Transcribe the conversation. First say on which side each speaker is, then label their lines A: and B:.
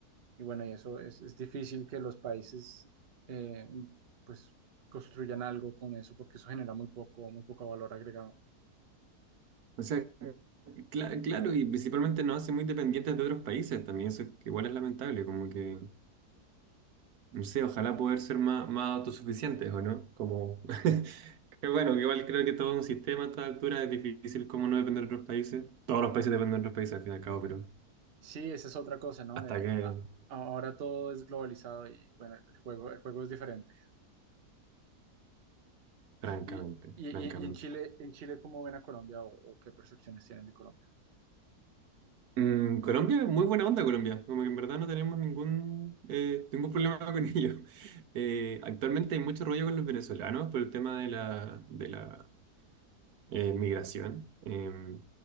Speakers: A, on the right; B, on the right.
A: y bueno, y eso es, es difícil que los países eh, pues construyan algo con eso porque eso genera muy poco, muy poco valor agregado.
B: O sea, cla- claro, y principalmente nos hace muy dependientes de otros países también, eso que igual es lamentable, como que, no sé, ojalá poder ser más, más autosuficientes, ¿o no? Como, <laughs> que bueno, que igual creo que todo un sistema a esta altura es difícil como no depender de otros países. Todos los países dependen de otros países al fin y al cabo, pero
A: Sí, esa es otra cosa, ¿no?
B: hasta
A: Eh,
B: que,
A: a- ahora todo es globalizado y bueno, el juego, el juego es diferente.
B: francamente,
A: Y, y,
B: francamente.
A: y- y en Chile, en Chile, ¿cómo ven a Colombia o, o qué percepciones tienen de Colombia?
B: Mm, Colombia, muy buena onda Colombia, como que en verdad no tenemos ningún, eh, ningún problema <laughs> con ellos. Eh, actualmente hay mucho rollo con los venezolanos por el tema de la, de la eh, migración. Eh,